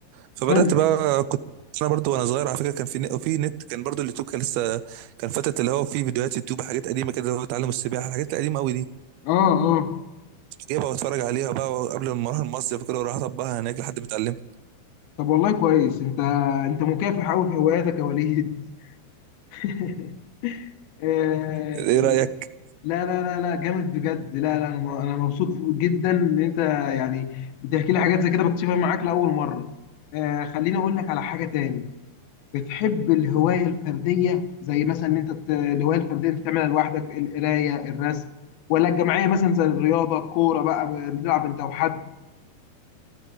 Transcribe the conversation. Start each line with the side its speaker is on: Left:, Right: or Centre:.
Right: فبدات
Left: حلو
Right: بقى كنت انا برضو وانا صغير على فكره كان في ن- في نت كان برضو اليوتيوب كان لسه كان فتره اللي هو في فيديوهات يوتيوب حاجات قديمه كده اللي هو تعلم السباحه الحاجات القديمه قوي دي
Left: اه اه
Right: جايبها واتفرج عليها بقى قبل ما اروح المصيف كده واروح اطبقها هناك لحد ما اتعلمت
Left: طب والله كويس انت انت مكافح قوي في هواياتك يا وليد <laughs> آه،
Right: ايه رايك
Left: لا لا لا لا جامد بجد لا لا انا م- انا مبسوط جدا ان انت يعني بتحكي لي حاجات زي كده بكتشفها معاك لاول مره آه خليني اقول لك على حاجه تاني بتحب الهواية الفردية زي مثلا ان انت ت- الهواية الفردية انت تعملها لوحدك القراية الرسم ولا الجماعية مثلا زي الرياضة الكورة بقى بتلعب انت وحد